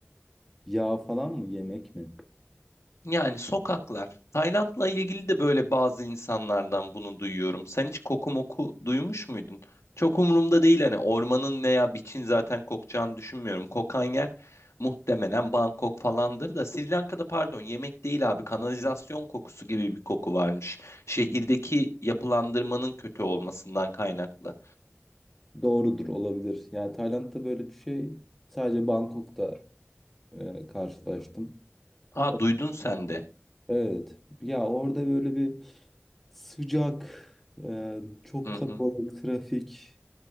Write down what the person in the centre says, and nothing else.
Yağ falan mı yemek mi?
Doğrudur olabilir. Yani Tayland'da böyle bir şey sadece Bangkok'ta e, karşılaştım.
O-
Evet. Ya orada böyle bir sıcak, e, çok
kalabalık
trafik,